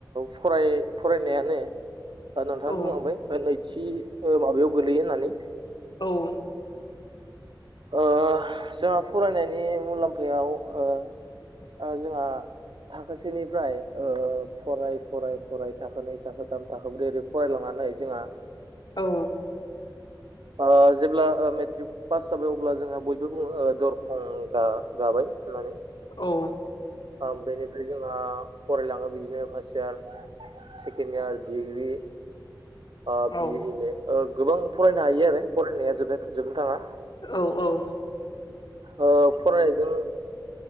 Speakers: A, on the right; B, on the left.
A: फराय फरायनायानो नोंथाङा
B: औ
A: बुंलांबाय नैथि ओ माबायाव गोलैयो होननानै
B: औ
A: ओ जोंहा फरायनायनि मुलाम्फायाव ओ ओ जोंहा थाखोसेनिफ्राय ओ फराय फराय फराय थाखोनै थाखोथाम थाखो बै ओरै फरायलाङा नानै जोंहा
B: औ
A: ओ जेब्ला ओ मेट्रिक पास जाबाय अब्ला जोहा बयबो बुङो दरखं गाबाय माने
B: औ
A: ओ बेनिफ्राय जोंहा फरायलाङो बिदिनो first year second year degree ओ
B: औ
A: बि ए एम ए ओ गोबां फरायनो हायो आरो फरायनाया जोब जोबनो थाङा
B: औ औ
A: ओ फरायनायजों